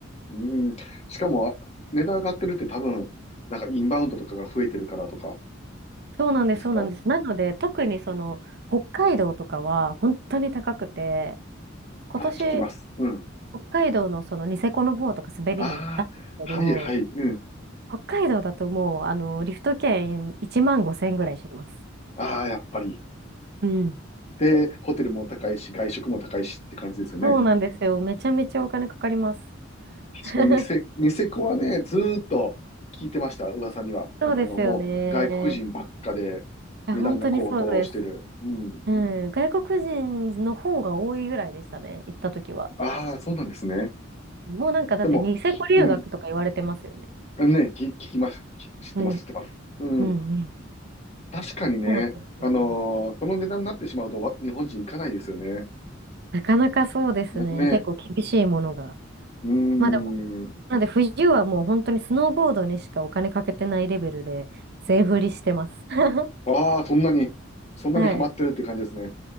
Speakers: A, on the left (about 35°); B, on the right (about 55°).
A: うん。しかも、あ値段上がってるって多分、なんかインバウンドとかが増えてるからとか
B: そうなんです、
A: ですか
B: そうなんです。なので、特にその、北海道とかは本当に高くて、今年、
A: ああ聞きます。うん。
B: 北海道のそのニセコの方とか滑りに行ったんですけど、
A: ああ、はいはい。うん。
B: 北海道だともう、あの、リフト券1万5千円ぐらいします。
A: ああ、やっぱり。
B: うん。
A: で、ホテルも高いし、外食も高いしって感じですよね。
B: そうなんですよ。めちゃめちゃお金かかります。
A: 確かにニセ、
B: <laughs>
A: ニセコはね、ずーっと聞いてました、噂には。
B: そうですよね。
A: あの、もう外国人ばっかで値段が高騰してる。
B: いや、本当にそうです。
A: うん。
B: うん。外国人の方が多いぐらいでしたね、行った時は。
A: ああ、そうなんですね。
B: もうなんかだってニセコ留学とか言われてますよね。
A: でも、うん。ね、き聞きます。き知ってます、
B: ね。
A: 知ってます。うん。
B: うんうん。
A: 確かにね、
B: そうなんですよね
A: あのーその値段になってしまうとわ日本人行かないですよね。
B: なかなかそうですね。
A: ね、ね、
B: 結構厳しいものが。
A: うーん。
B: まあでも、なんで冬はもう本当にスノーボードにしかお金かけてないレベルで全振りしてます。<laughs>
A: ああ、そんなに、そんなにハマってるって感じですね。
B: はい。